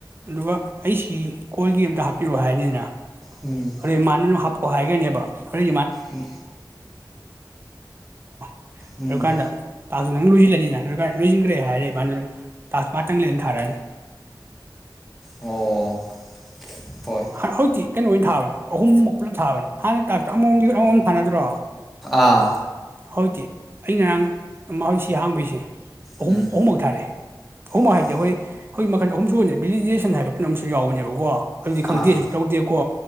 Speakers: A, on the right; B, in the centre.
A: ꯑꯗꯨꯒ ꯑꯩꯁꯤ ꯀꯣꯜꯒꯤ ꯑꯝꯇ ꯍꯥꯞꯄꯤꯔꯛꯑꯣ ꯍꯥꯏꯔꯅꯤꯗꯅ <unintelligible>
B: ꯎꯝ
A: <unintelligible> ꯑꯗꯨ <unintelligible>
B: ꯎꯝ
A: <unintelligible>
B: ꯎꯝ
A: ꯗꯨ ꯀꯥꯟꯗ <unintelligible> ꯂꯣꯏꯁꯤꯟꯈ꯭ꯔꯦ ꯍꯥꯏꯔꯦ ꯃꯥꯅ ꯇꯥꯛꯁ <unintelligible>
B: ꯑꯣ ꯍꯣꯏ
A: ꯍꯔꯥꯎꯗꯤ ꯀꯩꯅꯣ ꯑꯣꯏꯅ ꯊꯥꯕꯅꯤ ꯑꯍꯨꯝꯃꯨꯛ ꯄꯨꯂꯞ ꯊꯥꯕꯅꯤ ꯍꯥꯟꯅ ꯇꯥꯛꯁ ꯑꯃꯃꯝ ꯑꯃꯃꯝꯒꯤ ꯊꯥꯅꯗ꯭ꯔꯣ
B: ꯑꯥ
A: ꯍꯧꯖꯤꯛꯇꯤ ꯑꯩ ꯉꯔꯥꯡ ꯁꯤ ꯍꯥꯡꯕꯩꯁꯦ ꯑꯍꯨꯝ
B: ꯎꯝ
A: ꯑꯍꯨꯝꯃꯛ ꯊꯥꯔꯦ ꯑꯍꯨꯝꯃꯛ
B: ꯑꯣ
A: ꯍꯥꯏꯗꯤ ꯑꯩꯈꯣꯏ ꯍꯧꯖꯤꯛ ꯃꯈꯜ ꯑꯍꯨꯝꯁꯨ ꯑꯣꯏꯅ ꯚꯦꯂꯤꯗꯦꯁꯟ ꯍꯥꯏꯕ ꯀꯩꯅꯣꯝꯁꯨ ꯌꯥꯎꯕꯅꯦꯕꯀꯣ ꯑꯗꯨꯗꯤ
B: ꯑꯥ
A: ꯈꯪꯗꯦꯁꯨ ꯇꯧꯗꯦꯀꯣ